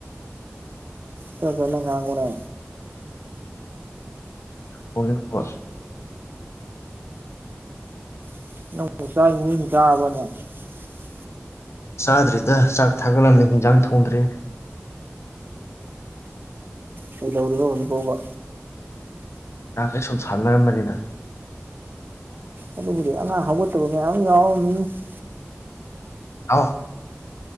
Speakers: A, on the right; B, on the left.
A: ꯈꯔꯥ ꯀꯟꯅꯥ ꯉꯥꯡꯉꯣꯅꯦ
B: <unintelligible>
A: <unintelligible> <unintelligible>
B: ꯆꯥꯗ꯭ꯔꯤꯗ ꯆꯥꯛ ꯊꯥꯒꯠꯂꯝꯃꯦ ꯍꯤꯟꯖꯥꯡ ꯊꯣꯡꯗ꯭ꯔꯤ
A: ꯀꯩꯗꯧꯔꯤꯕ ꯍꯧꯖꯤꯛ ꯐꯥꯎꯕ
B: <unintelligible> ꯁꯨꯝ ꯁꯥꯟꯅꯔꯝꯕꯅꯤꯗ
A: ꯑꯗꯨꯕꯨꯗꯤ ꯑꯉꯥꯡ ꯍꯧꯒꯠ <unintelligible> <unintelligible>
B: <unintelligible>